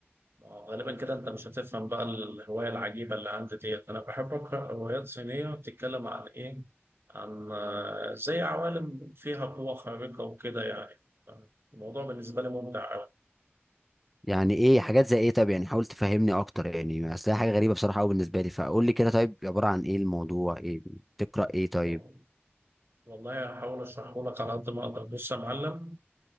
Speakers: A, on the right; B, in the centre.
A: آه، غالبا كده أنت مش هتفهم بقى الهواية العجيبة اللي عندي ديت أنا بحب أقرأ روايات صينية بتتكلم عن إيه؟ عن آه، زي عوالم فيها قوة خارقة وكده يعني الموضوع بالنسبة لي ممتع
B: يعني ايه حاجات زي ايه طب يعني حاول تفهمني اكتر يعني اصل هي حاجه غريبه بصراحه قوي بالنسبه لي فقول لي كده طيب عباره عن ايه الموضوع ايه بتقرا ايه طيب
A: أوي والله هحاول اشرحه لك على قد ما اقدر بص يا معلم